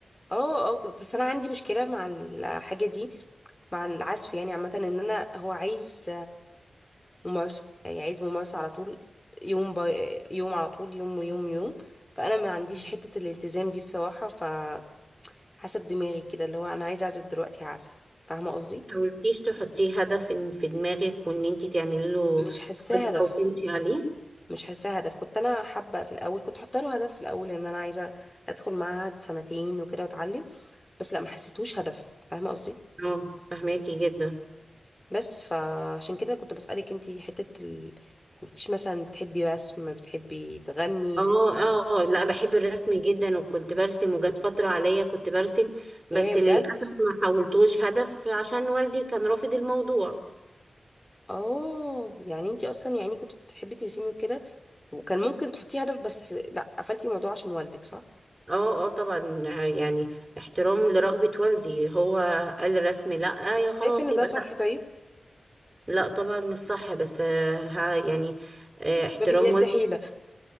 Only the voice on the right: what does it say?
مم.
حاولتيش تحطيه هدف في في دماغك وان انت تعملي له
خطه وتمشي عليه
اه فهماكي جدا
اه
اه
آه، لا بحب الرسم جدا وكنت برسم وجات فترة عليا كنت برسم بس
للأسف ما حولتوش هدف عشان والدي كان رافض الموضوع
اه اه طبعا آه، يعني احترام لرغبة والدي هو قال الرسم لا يا خلاص
يبقى
لا
لا طبعا مش صح بس آه، ها يعني آه، احترام
والدي